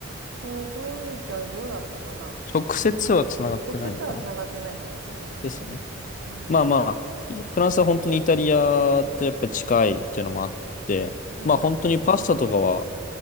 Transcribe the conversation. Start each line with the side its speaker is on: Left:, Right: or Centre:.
Right: ん。えー、ドイツ、あれどうだったかな
Left: 直接は繋がってないのかな
Right: 直接は繋がってないかなと思います。
Left: ですね。
Right: うん。
Left: まあまあ、フランスは本当にイタリアとやっぱり近いっていうのもあって、
Right: うん
Left: まあ、本当にパスタとかは、